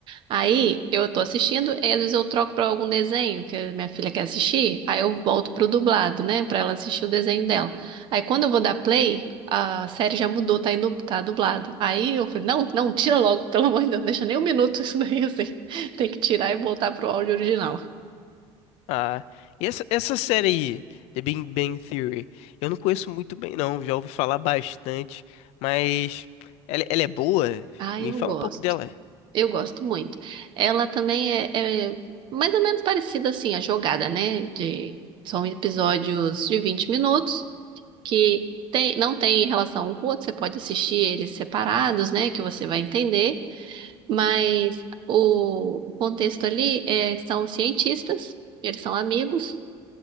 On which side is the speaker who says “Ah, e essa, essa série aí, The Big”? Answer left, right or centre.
Left